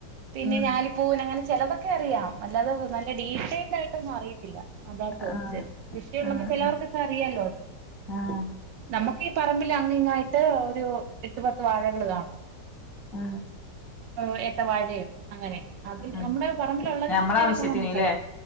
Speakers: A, on the right; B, in the centre.
A: പിന്നെ
B: ആഹ്
A: ഞാലിപ്പൂവൻ അങ്ങനെ ചെലതൊക്കെ അറിയാ അല്ലാതെ നല്ല ഡീറ്റെൽഡ് ആയിട്ടൊന്നും അറിയത്തില്ല അതാ ഞാൻ ചോയിച്ചെ
B: ആഹ്
A: കൃഷി ഉള്ളപ്പോ
B: ആഹ്
A: ചെലവർക്കൊക്കെ അറിയല്ലോ
B: ആഹ്
A: നമു ഈ പറമ്പിൽ അങ്ങി ഇങ്ങയി ട്ട് ഒരു എട്ട് പത്ത് വാഴകൾ കാണും
B: ആ
A: ഹ ഏത്ത വാഴേ അങ്ങനെ അത്
B: ആഹ്
A: നമ്മുടെ പറമ്പിലു ഉള്ളതിന്റെ
B: ഞമ്മളെ
A: പേര്
B: ആവശ്യത്തിന്ല്ലേ
A: ഒക്കെ നമുക്ക് തിരിച്ചറിം